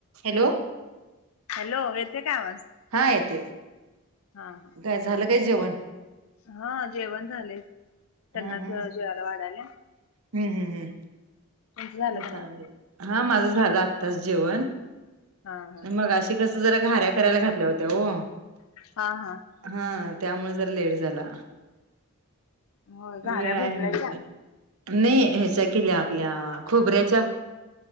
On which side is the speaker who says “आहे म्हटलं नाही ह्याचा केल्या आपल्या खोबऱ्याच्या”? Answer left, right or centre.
Right